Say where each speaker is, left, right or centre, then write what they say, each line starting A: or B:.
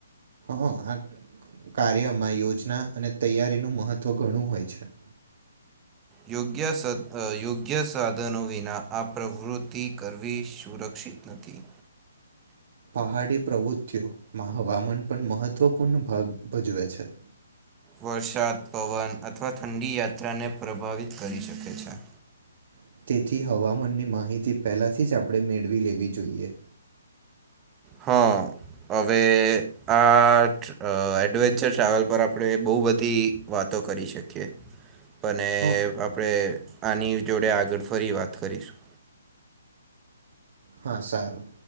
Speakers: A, on the right (about 50°); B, on the right (about 20°).
A: હ આ કાર્યમાં યોજના અને તૈયારીનું મહત્વ ઘણું હોય છે.
B: યોગ્ય યોગ્ય સાધનો વિના આ પ્રવૃતિ કરવી સુરક્ ક્ષિત નથી.
A: પહાડી પ્રવૃત્તિઓમાં હવામાન પણ મહત્વપૂર્ણ ભાગ ભજવે છે.
B: વરસાદ, પવન અથવા ઠંડી યાત્રાને પ્રભાવિત કરી શકે છે.
A: હ તેથી હવામાનની માહિતી પહેલાથી જ આપણે મેળવી લેવી જોઈએ.
B: હ. હવે આ એડવેન્ચર ટ્રાવેલ પર આપણે બહુ બધી વાતો તો કરી શકીએ. અને
A: હં
B: આપણે આની જોડે આગળ ફરી વાત કરીશું.
A: હા સારું.